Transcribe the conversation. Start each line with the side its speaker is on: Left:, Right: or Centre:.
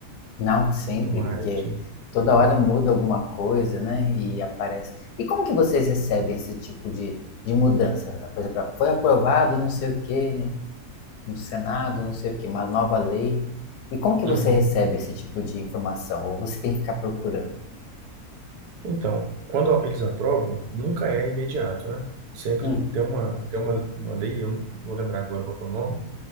Left: Não sempre,
Right: É uma
Left: porque
Right: área que.
Left: toda
Right: né?
Left: hora muda alguma coisa, né? E aparece. E como que vocês recebem esse tipo de, de mudança? Por exemplo, foi aprovado não sei o quê no, no Senado, não sei o quê, uma nova lei. E como que
Right: Uhum.
Left: você recebe esse tipo de informação? Ou você tem que ficar procurando?
Right: Então, quando eles aprovam, nunca é imediato, né? Sempre
Left: Hum,
Right: tem uma, tem uma, uma lei, eu não vou lembrar agora qual que é o nome